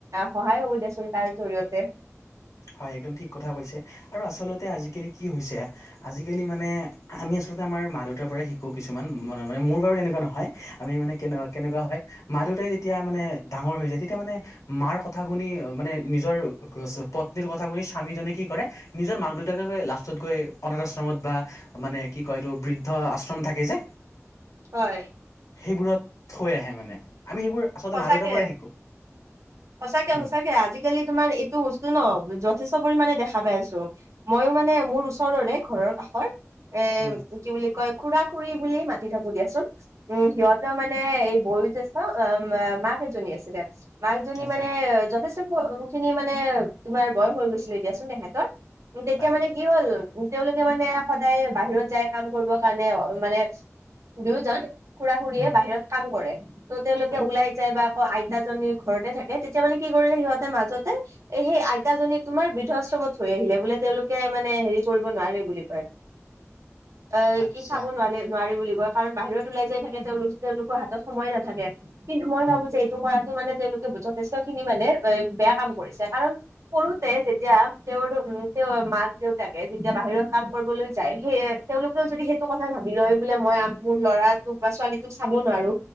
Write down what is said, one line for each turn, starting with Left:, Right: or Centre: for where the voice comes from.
Right: সহায় হব দিয়া চোন তাৰ জৰিয়তে
Left: হয় একদম ঠিক কথা কৈছে আৰু আচলতে আজিকালি কি হৈছে আজিকালি মানে আমি আচলতে আমাৰ মা দেউতাৰ পৰাই শিকো কিছুমান ম মানে মোৰ বাৰ তেনেকুৱা নহয় আমি মানে কেনে কেনেকুৱা হয় মা দেউতাই যেতিয়া মানে ডাঙৰ হৈ যায় তেতিয়া মানে মাৰ কথা শুনি মানে নিজৰ পত্নীৰ কথা শুনি স্বামীজনে কি কৰে নিজৰ মাক দেউতাকে গৈ লাষ্টত গৈ অনাথ আশ্ৰমত বা মানে কি কয় এইটো বৃদ্ধ আশ্ৰম থাকে যে
Right: হয়
Left: সেইবোৰত থৈ আহে মানে আমি সেইবোৰ আচলতে
Right: সঁচাকে
Left: মা দেউতাৰ পৰাই শিকো
Right: সঁচাকে
Left: উম
Right: সচাকে আজিকালি তোমাৰ এইটো ন যথেষ্ট পৰিমানে দেখা পাই আছো ময়ো মানে মোৰ ওচৰৰে ঘৰৰ কাষৰ এ
Left: উম
Right: কি বুলি কয় খুড়া খুড়ী বুলি মাতি থাকো দিয়াচোন উম সিহঁতৰ মানে বয়ো জেষ্ঠ মাক এজনী আছিলে মাকজনী
Left: আচ্ছা
Right: মানে যেষ্ট খিনি মানে তোমাৰ বয়স হৈ গৈছিলে এ দিয়াচোন তেসেতৰ তেতিয়া
Left: হয়
Right: মানে কি হ'ল তেওঁলোকে মানে সদায় বাহিৰত যায় কাম কৰিবৰ কাৰণে মানে দুয়োজন খুড়া খুড়ীয়ে
Left: উম
Right: বাহিৰত কাম কৰে ত' তেওঁলোকে
Left: হয়
Right: ওলাই যায় বা অ আইতাজনীৰ ঘৰতে থাকে তেতিয়া মানে কি কৰিলে সিহঁত মাজতে এ সেই আইতাজনীক তোমাৰ বৃদ্ধাশ্ৰমত থৈ আহিলে বোলে তেওঁলোকে মানে হেৰি কৰিব নোৱাৰে বুলি কয় অ
Left: আচ্ছা
Right: কি চাব নোৱাৰি নোৱাৰি বুলি কয় কাৰণ বাহিৰত ওলাই যাই থাকে তেওঁলোক তেওঁলোকৰ হাতত সময়ে নাথাকে কিন্তু মই
Left: উম
Right: ভাবো যে এইটো কৰাতো মানে তেওঁলোকে যথেষ্ট খিনি মানে বেয়া কাম কৰিছে কাৰণ সৰুতে যেতিয়া তেওঁৰ উ তেওঁৰ মাক দেউতাকে যেতিয়া বাহিৰত কাম কৰিবলৈ যায় সেয়ে তেওঁলোকেও যদি সেইটো কথা ভাবি লয় বোলে মই আম মোৰ লৰাটোক বা ছোৱালীটোক চাব নোৱাৰো